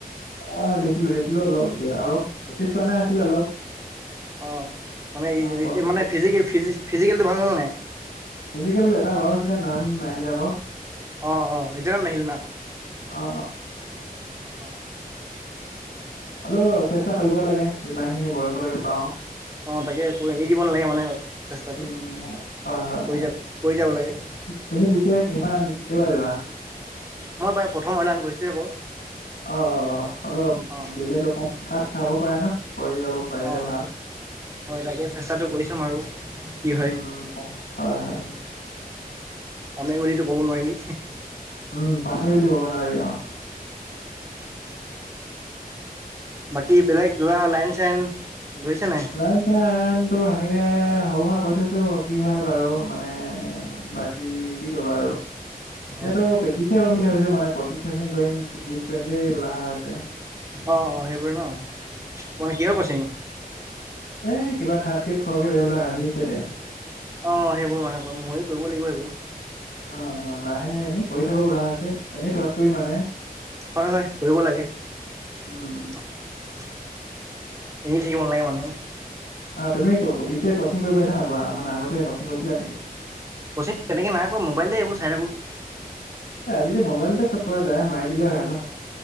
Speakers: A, on the left; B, on the right.
A: অহ, দিছিলো -দিছিলো, অলপ -অলপ প্ৰেকটিছ কৰা নাই আছিলে অলপ।
B: অহ, মানে
A: অ কষ্ট
B: -মানে ফিজিকেলটো ভাল হল নাই?
A: ফিজিকেল এটা বাও হৈছিলে নাম নাহিলে আক।
B: অহ - অহ হেইজনৰ নাহিল নাম
A: অ
B: <inaudible> অহ
A: হলো চেষ্টা কৰিব লাগে যিমানখিনি বয়সলৈকে পাওঁ।
B: অহ, তাকে এৰি দিব নালাগে মানে চেষ্টাটো
A: উম, হয় -হয়
B: কৰি
A: -হয়।
B: যাব কৰি যাব লাগে
A: তুমি পিছে কিমান কেইবাৰ দিবা? <inaudible>
B: মই প্ৰায় প্ৰথম অইলান গৈছোঁহে আকৌ
A: অহ অলপ
B: অঁ
A: দিলে দেখো খাজ খাব পাৰে ন'? কৰি যাব পাৰিলে
B: অহ,
A: ভাল।
B: হয় তাকে চেষ্টাটো কৰি চাম আৰু। কি
A: উম-
B: হয়
A: উম, হয় -হয়।
B: পামে বুলিতো ক'ব নোৱাৰি।
A: উম, পামেই বুলি কব নোৱাৰি অহ।
B: বাকী বেলেগ ধৰা লাইন -চাইন ধৰিছে নাই
A: লাইন চাইনটো সে এনেকে সৰু -সুৰা কৰি থৈছো, কি হয় বাৰু মানে বাকী কি কৰিবা আৰু এতিয়াতো
B: অঁ
A: প্ৰেক্টিচ কৰিম বুলি ভাবিছো মানে কছিং -চচিং কৰিম প্ৰেক্টিছ কৰিম দেই বুলি আহা হৈছে।
B: অহ -অহ সেইবোৰে ন', মানে কিহৰ কচিং?
A: এ কিবা থাৰ্দগ্ৰেড ফথগ্ৰেড এইবিলাক আহি আছে দে।
B: অহ, সেইবোৰ মানে কম মইয়ো কৰিব লাগিব এইবোৰ।
A: অহ, লাহে- লাহে এনেই কৰি থাকো বোলা হৈছে। এনেই থকাতকৈ মানে
B: হয়- হয় কৰিব লাগে। এনেই
A: উম
B: থাকিব নালাগে মানে।
A: অহ, তুমি পিছে কচিং কৰি পাইছা নাইপুৱা, মানে আগতে কচিং কৰিছিলা নেকি?
B: কচিং তেনেক নাইকৰা মোবাইলতে এইবোৰ চাই থাকোঁ।
A: এ আজিকালি মোবাইলতে চব পোৱা যায়। মাৰি দিলে হয়
B: অহ
A: ন
B: বা